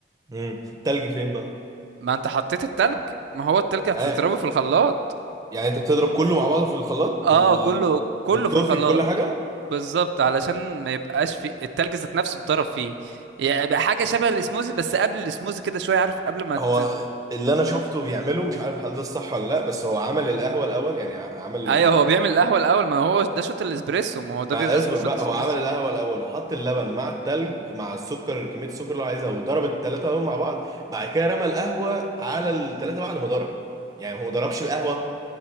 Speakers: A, on the right (about 20°); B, on the right (about 75°).
A: امم التلج فين بقى
B: ما انت حطيت التلج ما هو التلج هتضربه
A: آه.
B: في الخلاط
A: يعني انت بتضرب كله مع بعضه في الخلاط
B: اه
A: بال...
B: كله
A: بال-
B: كله
A: بالكوفي
B: في الخلاط
A: بكل حاجه
B: بالظبط علشان ما يبقاش في التلج ذات نفسه اتضرب فيه يعني يبقى حاجه شبه الاسموزي بس قبل الاسموزي كده شويه عارف قبل ما ت...
A: هو اللي انا شفته بيعمله مش عارف هل ده الصح ولا لا بس هو عمل القهوه الاول يعني ع- عمل
B: ايوه هو بيعمل القهوه الاول ما هو ده شوت الاسبريسو ما هو ده
A: ما
B: بيبقى اسمه
A: اصبر
B: شوت
A: بقى
B: اسبريسو
A: هو عمل القهوه الاول وحط اللبن مع التلج مع السكر كميه السكر اللي هو عايزها وضرب الثلاثه دول مع بعض بعد كده رمى القهوه على الثلاثه بعد ما ضرب يعني هو ما ضربش القهوه